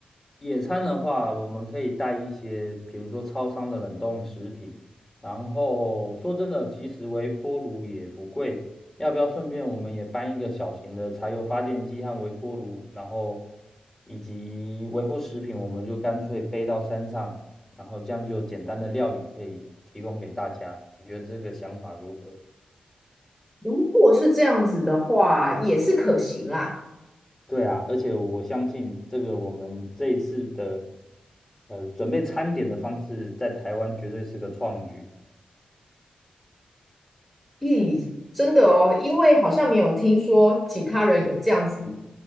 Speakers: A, on the left; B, in the centre.
A: 野餐的话，我们可以带一些，比如说超商的冷冻食品。然后说真的，其实微波炉也不贵。要不要顺便我们也搬一个小型的柴油发电机和微波炉，然后以及微波食品，我们就干脆背到山上，然后这样就有简单的料理可以提供给大家。你觉得这个想法如何？
B: 如果是这样子的话，也是可行啦。
A: 对啊，而且我相信这个我们这一次的呃准备餐点的方式，在台湾绝对是个创举，
B: 咦，真的哦，因为好像没有听说其他人有这样子